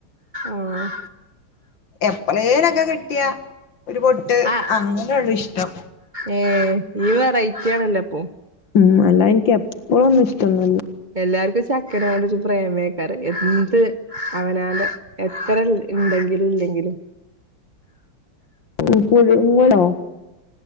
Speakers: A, on the right; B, on the left.
A: ആഹ്
B: എപളേ ലൊക്കെ കിട്ടിയാ ഒരു പൊട്ട്
A: ആഹ്
B: അങ്ങനെള്ളു ഇഷ്ടം.
A: ഏഹ് ഇയ്യ് വെറൈറ്റി ആണല്ലോ അപ്പൊ.
B: ഉം അല്ല എനിക്ക് എപ്പോഴൊന്നും ഇഷ്ടൊന്നി
A: എല്ലാർക്കും ചക്കനണ്ട് ഒരു പ്രേമേക്കാറ്. എന്ത് അവനാട് എത്ര ഉണ്ടെങ്കിലും ഇല്ലെങ്കിലും
B: ഉ പുഴുങ്ങളോ